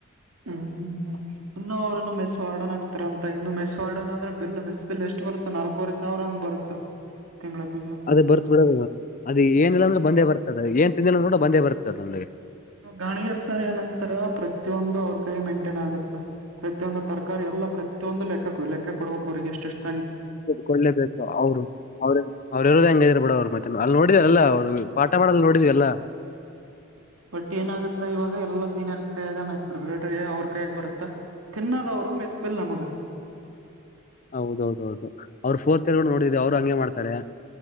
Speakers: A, on the right (about 75°); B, on the left (about 40°).
A: ಹ್ಮ್ ಹ್ಮ್ ಹ್ಮ ಇನ್ನು ಅವ್ರರುನ್ನು ಮೆಸ್ ವಾರ್ಡನ್ ಹ ಆಕ್ತಾರ ಅಂತ ಇನ್ನು ಮೆಸ್ ವಾರ್ಡನ್ ಆದ್ರೆ ಬಿಲ್ ಮೆಸ್ ಬಿಲ್ ಎಷ್ಟು ಬರುತ್ತೆ ನಾಲ್ಕವರೆ ಸಾವಿರ ಹಂಗ್ ಬರುತ್ತ ತಿಂಗಳ ತಿಂಗಳು
B: ಅದೇ ಬರ್ತ್ ಬಿಡ ಅದ ಏನಿಲ್ಲ ಅಂದ್ರೆ ಬಂದೇ ಬರ್ತದ ಏನ್ ತಿನ್ಿಲ್ಲ ಅಂದ್ರ ಕೂಡ ಬಂದೇ ಬರ್ತದೆ ನಮ್ಗೆ
A: ಗಾಣಗರ್ ಸರಿ ನಂತರ ಪ್ರತಿಯೊಂದು ಅವ್ರ ಕೈ ಮೇಂಟೇನ್ ಆಗುತ್ತ ಮೊಂದು ತರಕಾರಿ ಎಲ್ಲ ಪ್ರತಿಯೊಂದು ಲೆಕ್ಕ ಲೆಕ್ಕ ಕೊಡಬೇಕು ಅವ್ರರಿಗೆ ಎಷ್ಟಷ್ಟು
B: ಕೊಡ್ಬೇಕು ಅವ್ರು ಅವ್ರ ಅವರು ಇರೋದ ಹೆಂಗ ಇದ್ರ ಬಿಡ ಅವ್ರು ಮತ್ತೆ ಅಲ್ಲಿ ನೋಡಿದ ಅಲ್ಲ ಅವ್ರು ಪಾಠ ಮಾಡ ನೋಡಿದೀವಲ್ಲ
A: ಬಟ್ ಏನಾಗುತ್ತಾ ಇವಾಗ ಎಲ್ಲಾ ಸೀನಿಯರ್ಸ್ ಕೈಗ ಮಸ್ ಪ್ರಿಪರೇಟರ್ ಅವ್ರ ಕೈಯಾಗ ಬರುತ್ತಾ ತಿನ್ನಾದ ವರ ಮೆಸ್ಬಿಲ್ ನಮಗೆ
B: ಹೌದೌದೌದು ಅವರು ಫೋರ್ತ್ ಇರ್ ನೋಡಿದವಿ ಅವರು ಹಂಗೆ ಮಾಡ್ತಾರೆ